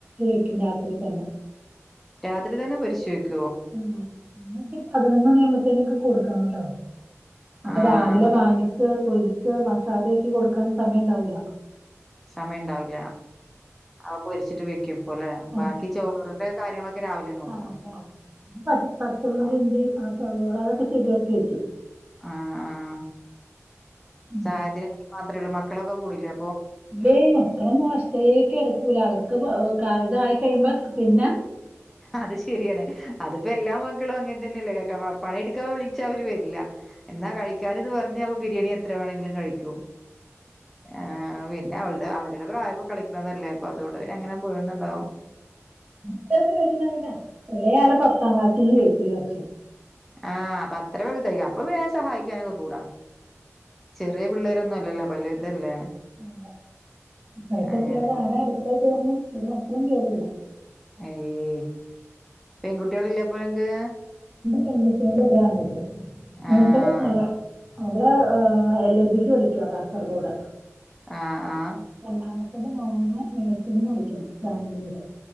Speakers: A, on the right; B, in the centre.
A: വെക്കും രാത്രി തന്നെ
B: രാത്രി തന്നെ പൊരിച്ചുവെക്ക്
A: അഹ് അന്നൊക്കെ ഇ പതിനൊന്ന് മണി ആവുമ്പത്തേനൊക്കെ കൊടുക്കെണോ ലൊ അപ്പൊ
B: ആഹ്
A: രാവിലെ
B: ആഹ്
A: വാങ്ങിച്ച് പൊരിച്ച് മസാല ആക്കി കൊടുക്കാൻ സമയണ്ടാവൂല
B: സമയംണ്ടാവില്ല അവ പൊരിച്ചിട്ട് വെ ക്കും പോലെ
A: ഓക്കെ
B: ബാക്കി ചോറിന്റെ കാര്യങ്ങളൊക്കെ രാവിലെ നോക്കും
A: ആഹ് രാവിലെ പ പച്ചമുളകിഞ്ചി
B: ആഹ്
A: അസവോള അതൊക്കെ ശരിയാക്കിവെക്കും
B: ആഹ് ആഹ്
A: ഉം.
B: സാഹച <unintelligible> ര്യ മാത്രേ ഒള്ളൂ മക്കളൊക്കെ കൂടിലെ
A: ഏയ് മക്കളൊന്നും വശത്തേക്ക്ടുക്കൂല അവർക്ക് ഇതായി കഴിയുമ്പോ പിന്ന
B: അത് ശെരിയാണ് അത്പ്പ എല്ലാ മക്കളും അങ്ങനെ തന്നെയല്ലേ <unintelligible> പണിയെട്ക്കാൻ വിളിച്ചാ അവര് വര്ല്ല എന്നാ കഴിക്കാനിന്ന് പറഞ്ഞ ബിരിയാണി എത്ര വേണെങ്കിലും കഴിക്കും ആ പിന്ന അവൾട അവ അവള്ടെ പ്രായപ്പോ കളിക്കിണതല്ലേ അപ്പൊ അതുകൊണ്ട് തന്നെ എങ്ങനെ പോയന്നുണ്ടാവും
A: <unintelligible> എളേ ആള് പത്താം ക്ലാസ്സിന്ന് കേറ്റി ഈ വർഷം
B: ആഹ് അപ്പൊ അത്ര വെലുതായി അപ്പൊ പിന്നെ സഹായിക്കാനൊക്കെ കൂടാ ശെരി ചെറീയ പിള്ളേരോന്നല്ലല്ലോ വല്ല്തല്ലേ
A: അ ഇപ്പഴത്തെ
B: അങ്ങനെ
A: പിള്ളേര് ആരാ അടുക്കളേൽ കേറുന്നേ ഒരു മക്കളും കേറൂല്ല
B: ഏയ് പെൺകുട്ട്യേള്ല്ലെ ഇപ്പ <unintelligible> ഴൻങ്ങക്ക്
A: പെൺകുട്ട്യേള്ള് ഒരാൺകുട്ടി ഞങ്ങ്ക്ക്
B: ആഹ്
A: മോളാ അവള് ഏ എൽ എൽ ബിക്ക് പടിക്കുവ കാസർഗോട്
B: ആഹ് ആഹ്
A: രണ്ടാമത്തത് മോന നഴ്സിംങ്ങിനു പഠിക്കുന്നു ബാംഗ്ലൂര്